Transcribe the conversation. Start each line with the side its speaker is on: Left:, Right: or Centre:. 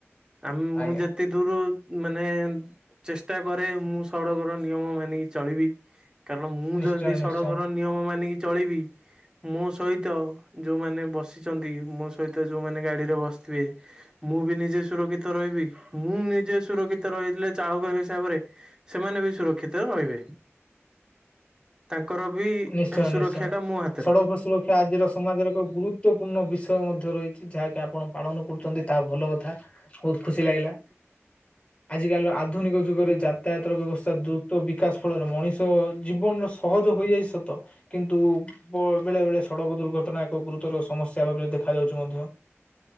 Right: ଆମେ ମୁଁ
Left: ଆଜ୍ଞା
Right: ଯେତେ ଦୂରୁ ମାନେ ଚେଷ୍ଟା କରେ ମୁଁ ସଡ଼କର ନିୟମ ମାନିକି ଚଳିବି। କାରଣ ମୁଁ
Left: ନିଶ୍ଚୟ
Right: ଯଦି
Left: ନିଶ୍ଚୟ
Right: ସଡ଼କ ର ନିୟମ ମାନିକି ଚଳିବି ମୋ ସହିତ ଯୋଉ ମାନେ ବସିଛନ୍ତି ମୋ ସହିତ ଯୋଉ ମାନେ ଗାଡ଼ି ରେ ବସିଥିବେ ମୁଁ ବି ନିଜେ ସୁରକ୍ଷିତ ରହିବି ମୁଁ ନିଜେ ସୁରକ୍ଷିତ ରହିଲେ ଚାହୁକ ହିସାବରେ ସେମାନେ ବି ସୁରକ୍ଷିତ ରହିବେ। ତାଙ୍କର ବି
Left: ନିଶ୍ଚୟ
Right: ସୁରକ୍ଷା
Left: ନିଶ୍ଚୟ।
Right: ଟା ମୋ ହାତରେ।
Left: ସଡ଼କ ସୁରକ୍ଷା ଆଜିର ସମାଜର ଏକ ଗୁରୁତ୍ୱପୂର୍ଣ୍ଣ ବିଷୟ ମଧ୍ୟ୍ୟ ରହିଛି। ଯାହାକି ଆପଣ ପାଳନ କରୁଛନ୍ତି ତାହା ଭଲ କଥା ବହୁତ ଖୁସି ଲାଗିଲା। ଆଜିି କାଲିର ଆ ଆଧୁନିକ ଯୁଗରେ
Right: ନି
Left: ଯାତାୟାତର ବ୍ୟବସ୍ଥା ଦ୍ରୁତ ବିକାଶ ଫଳରେ ମଣିଷ ଜୀବନର ସହଜ ହୋଇଯାଇଛି। ହଁ ତ କିନ୍ତୁ ବେଳେ-ବେଳେ ସଡ଼କ ଦୁର୍ଘଟଣା ଏକ ଗୁରୁତର ସମସ୍ୟା ଭାବରେ ଦେଖାଯାଉଛି ମଧ୍ୟ୍ୟ।